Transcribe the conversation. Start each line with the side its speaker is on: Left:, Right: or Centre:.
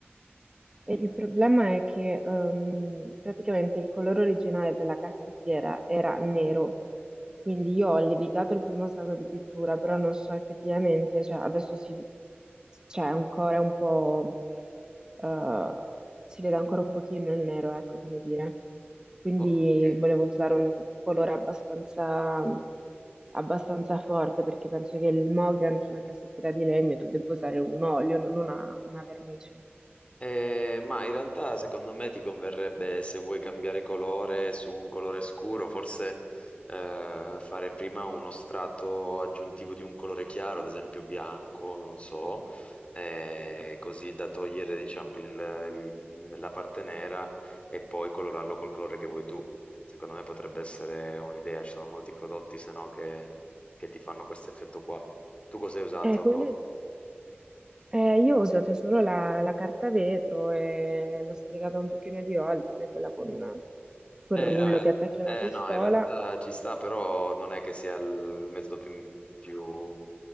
Right: E il problema è che ehm, praticamente il colore originale della cassettiera era nero, quindi io ho levigato il primo strato di pittura, però non so effettivamente, cioè adesso si, c'è ancora un po', eh, si vede ancora un pochino il nero, ecco come dire. Quindi
Left: Ok.
Right: volevo usare un colore abbastanza, abbastanza forte perché penso che il Mogan su una cassettiera di legno tu debba usare un olio, non una una vernice.
Left: Eh, ma in realtà secondo me ti converrebbe se vuoi cambiare colore su un colore scuro, forse eh, fare prima uno strato aggiuntivo di un colore chiaro, ad esempio bianco, non so, eh, così da togliere diciamo, il- il- la parte nera e poi colorarlo col colore che vuoi tu. Secondo me potrebbe essere un'idea, ci sono molti prodotti se no che, che ti fanno questo effetto qua. Tu cosa hai usato?
Right: Eh, quelle- eh, io ho usato solo la, la carta vetro e l'ho sfregata un pochino di volte, sai, quella con quel
Left: Eh,
Right: rullo
Left: no,
Right: che attacchi alla
Left: eh,
Right: pistola
Left: eh, no, in realtà ci sta, però non è che sia il metodo più, più-